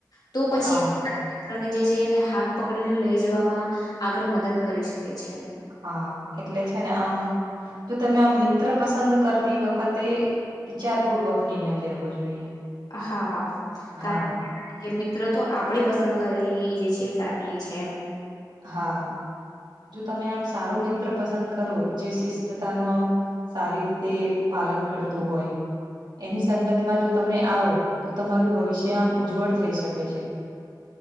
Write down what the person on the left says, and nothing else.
તો પછી
એ પોતાના મિત્રોને જે જે એને હાથ પકડીને લઈ જવામાં આગળ મદદ કરી શકે છે એમ.
હા. કારણ
<inaudible> મિત્ર તો આપડી પસંદ કરેલી જે છે ફેમિલી છે એમ.